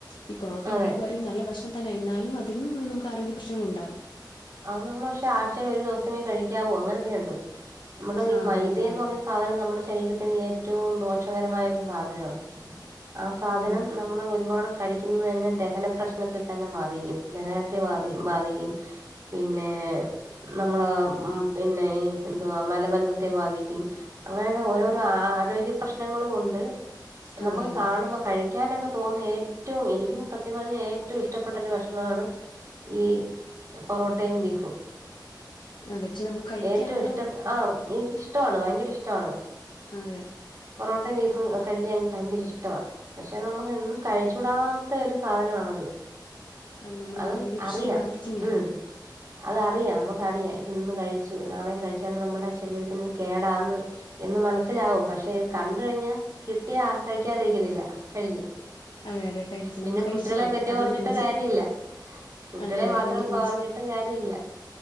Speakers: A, on the left; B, on the right.
A: ഈ പൊറോട്ടയും
B: അതെ
A: ബീഫ് കറിയും നല്ല ഭക്ഷണം തന്നെണ് എന്നാലും അതിനും നമുക്ക് ആരോഗ്യ പ്രശ്നങ്ങള്ണ്ടാവും
B: അത് നമ്മള് പക്ഷെ ആഴ്ച്ചേല് ഒരു ദിവസമേ കഴിക്കാവൂ അങ്ങനെയൊക്കെയുണ്ട് നമ്മള്
A: ആ
B: ഈ മൈദേന്ന്
A: അതെ അതെ ആ
B: പറഞ്ഞ സാധ നം നമ്മുടെ ശരീരത്തിന് ഏറ്റവും ദോഷകരമായ ഒരു സാധനവാ ആ സാധനം
A: ഉം
B: നമ്മള് ഒരുപാട് കഴിക്കുന്നത് തന്നെ ദഹന പ്രശ്നത്തെ തന്നെ ബാധിക്കും ദഹനത്തെ ബാധ ബാധിക്കും പിന്നെ നമ്മള ഉം പിന്നെ ഈ എന്തുവാ മലബന്ധത്തെ ബാധിക്കും അങ്ങനെയൊക്കെ ഓരോരോ ആരോഗ്യ പ്രശ്നങ്ങളും ഉണ്ട് നമ്മക്ക്
A: അതെ അതെ
B: കാണുമ്പോ കഴിക്കാ കഴിക്കാനൊക്കെ തോന്നുന്ന ഏറ്റവും എനിക്കും സത്യം പറഞ്ഞാൽ ഏറ്റവും ഇഷ്ടപ്പെട്ട ഒരു ഭക്ഷണമാണ് ഈ പൊറോട്ടയും ബീഫും
A: അതെ പക്ഷെ നമുക്ക് കഴിക്കാനുള്ള
B: ഏറ്റവും ഇഷ്ടപ്പെ ആഹ് എനിക്ക് ഇഷ്ടമാണ് ഭയങ്കര ഇഷ്ടമാണ്
A: അതെ
B: പൊറോട്ടയും ബീഫും കഴിക്കാൻ എനിക്ക് ഭയങ്കര ഇഷ്ടവാ പക്ഷെ നമുക്ക് എന്നും കഴിച്ചൂടാത്ത ഒരു സാധനമാണത്
A: നമ്മുടെ
B: അത്
A: ആരോഗ്യ പ്രശ്നത്തെ
B: അറിയാം
A: ബാധിക്കുന്നതാണ്
B: ഉം അതറിയാം നമുക്കറിയാം ഇന്ന് കഴിച്ചു നാളെയും കഴിച്ചാലും നമ്മുടെ ശരീരത്തിന് ഇത് കേടാന്ന് എന്ന് മനസ്സിലാവും പക്ഷെ അത് കണ്ട കഴിഞ്ഞാ കിട്ടിയാ കഴിക്കാതിരിക്കത്തില്ല കഴിക്കും
A: അതെ അതെ കഴിക്കും
B: പിന്നെ
A: നമ്മൾ
B: കുട്ടികളെ
A: കഴിച്ചു പോകും
B: തെറ്റ്
A: അതിൻ്റെ
B: പറഞ്ഞിട്ട്
A: രുചി
B: കാര്യമില്ല കുട്ടികളെ
A: അതെ അതെ
B: മാത്രം
A: അതിൻ്റെ രുചി
B: പറഞ്ഞിട്ടും കാര്യ ഇല്ല